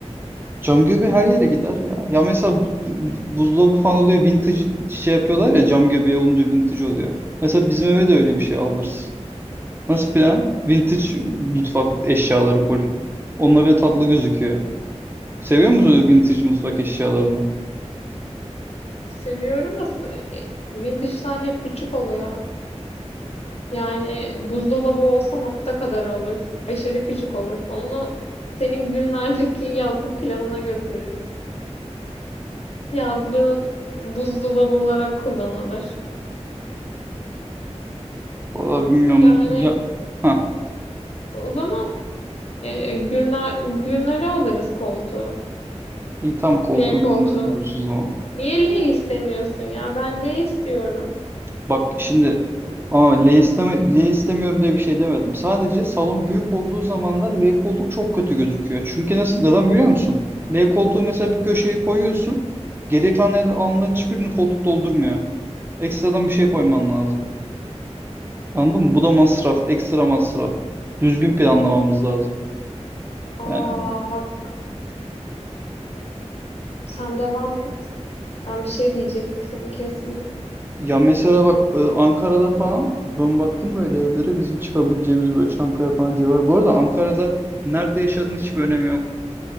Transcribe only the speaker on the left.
seviyorum da s- e, vintage'lar hep küçük oluyor. Yani buzdolabı olsa nokta kadar olur. Aşırı küçük olur. Onu senin günlerdeki <laughs> yazlık planına götürürüz. Yazlığın buzdolabı olarak kullanılır.
Yani
o zaman e, günler, günleri alırız koltuğu.
L koltuğu.
Niye L istemiyorsun ya? Ben L istiyorum.
Aa
bak sen devam et. Ben bir şey diyecektim seni kesmeyeyim.